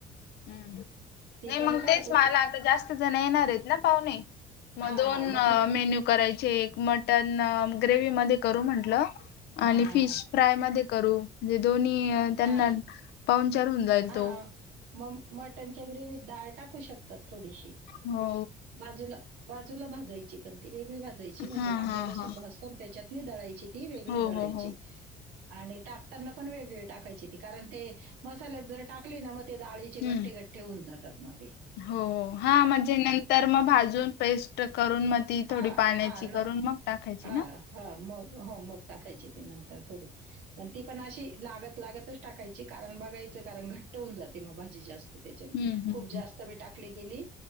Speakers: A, on the left (about 75°); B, on the right (about 85°).
A: हम्म
B: तिच्याने
A: नाही मग
B: काय
A: तेच
B: होतं
A: मला
B: चि-
A: आता जास्त जण येणार आहेत ना पाहुणे मग
B: हा
A: दोन
B: हा ते
A: मेन्यू करायचे एक मटन ग्रेवी मध्ये करू म्हंटलं
B: हा
A: आणि
B: हा
A: फिश फ्राय मध्ये करूे दोन्ही त्यांना
B: हा
A: पाऊन चार होऊन जाय
B: हा
A: तो
B: मग मटनच्या ग्रेवत डाळ टाकू शकतात थोडीशी
A: हो
B: बाजूला बाजूला भाजायची पण ती का ग भाजायची म्हणजे
A: हा
B: कांदा
A: हा
B: लसण
A: हा
B: भासतून त्याच्यात दळायची ती वेगळी
A: हो
B: दळायची
A: हो हो
B: आणि टाकताना पण वेगवेगळी टाकायची त कारण ते मसाल्यात जर टाकली ना मग ते ाळीचे
A: हम्म
B: गठ्ठे गठ्ठे होऊन जातात मग ते
A: हो हा म्हणजे नंतर मग भाजून पेस्ट करून मग ती
B: हा
A: थोडी पाण्याची
B: हा न
A: करून मग टाकायची
B: हा
A: ना?
B: हा मग हो मग टाकायची नंतर थोडी पण ती पण अशी लागत लागतच टाकायची कारण बघ कारण घ्ट हो जाते भाजी जास्त त्या
A: हम्म
B: खूप
A: हम्म.
B: जास्त मी टाक केली